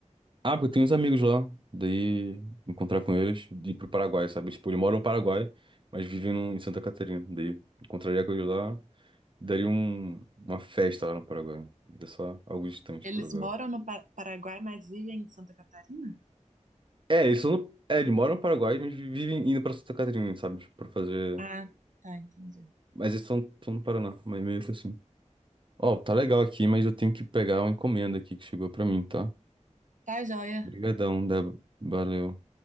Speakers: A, on the right; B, on the right.
A: Ah, porque eu tenho uns amigos lá. Daí encontrar com eles e ir pro Paraguai, sabe? Tipo, eles moram no Paraguai, mas vivem no- em Santa Catarina. Daí encontraria com eles lá. Daria um, uma festa lá no Paraguai. Ainda só algo distante
B: Eles
A: por agora.
B: moram no Pa- Paraguai, mas vivem em Santa Catarina?
A: É, eles são no, é, eles moram no Paraguai, mas vivem indo pra Santa Catarina, sabe? Tipo, Pra fazer.
B: Ah, tá, entendi.
A: Mas eles estão no Paraná, mas meio que assim. Ó, tá legal aqui, mas eu tenho que pegar uma encomenda aqui que chegou pra mim, tá?
B: Tá, joia.
A: Obrigadão, Débora. Valeu.